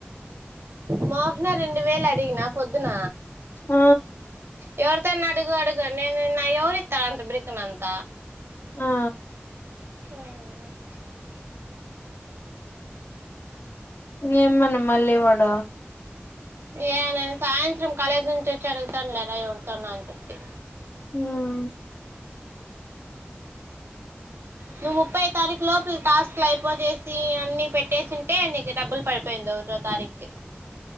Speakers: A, on the right; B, on the left.
A: మోహన రెండు వేలు అడిగిన పొద్దున
B: ఆ
A: ఎవరితోనా అడుగు అడుగు నేను నా ఎవరి ఇత్తరు అంత బ్రికినంత
B: ఆ
A: ఉమ్
B: ఇంగ ఏమన్నా మళ్ళీవడ
A: ఏ నేను సాయంత్రం కాలేజ్ నుంచి వచ్చి అడుగుతాను లేరా ఎవరితోన్నా అని చెప్పి
B: ఉమ్
A: నువ్వు ముప్పై తారీఖ్ లోపుల్ టాస్క్లు అయిపోజేసి అన్ని పెట్టేసింటే, నీకి డబ్బుల్ పడిపోయిందువ్, ఒకటో తారీఖ్కి